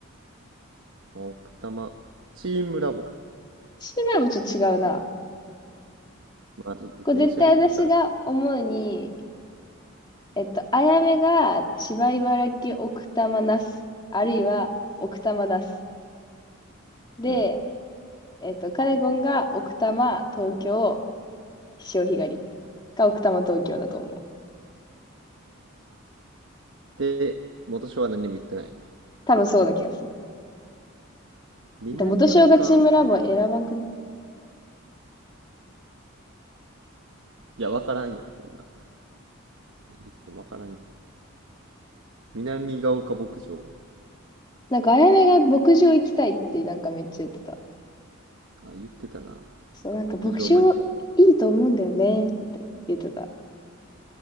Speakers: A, on the right; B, on the left.
A: 奥多摩、チームラボ。
B: シーマラもちょっと違うな。
A: まあ、ちょっと電車できるから。
B: これ絶対私が思うに、えっと、あやめが千葉茨城奥多摩那須、あるいは奥多摩那須。で、
A: うん。
B: えっと、カネゴンが奥多摩東京潮干狩りか奥多摩東京だと思う。
A: で、元署は何も言ってない。
B: 多分そうな気がする。
A: 南岡牧場、
B: で、元潮がチームラボ選ばんくね。
A: いや、わからんやん、そんな。言ってもわからんやん。南ヶ丘牧場。
B: なんかあやめが牧場行きたいってなんかめっちゃ言ってた。
A: あ、言ってたな。なんか牧場マニア。
B: そう、なんか牧場いいと思うんだよねって言ってた。